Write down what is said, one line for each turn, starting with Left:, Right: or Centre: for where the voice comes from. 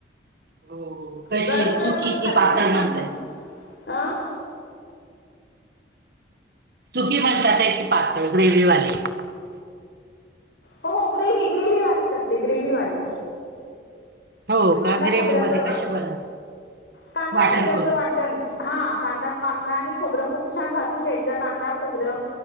Right: हो हो कशी
Left: गरम
Right: सुकी
Left: -गरमच
Right: की
Left: खाली
Right: पातळ
Left: तर छान.
Right: म्हणताय
Left: अं
Right: तुम्ही म्हणता तेच पातळ ग्रेविवाले?
Left: हो, हो ग्रेवी ग्रेवीवाली करते ग्रेविवाली.
Right: हो
Left: कांदा
Right: का ग्रेव्ही
Left: खोबऱ्याच,
Right: मध्ये कसे बनवतात
Left: कांदा
Right: वाटण
Left: खोबऱ्याच
Right: करून
Left: वाट हा, कांदा, कांदा आणि खोबरं खूप छान भाजून घ्यायचं कांदा खोबरं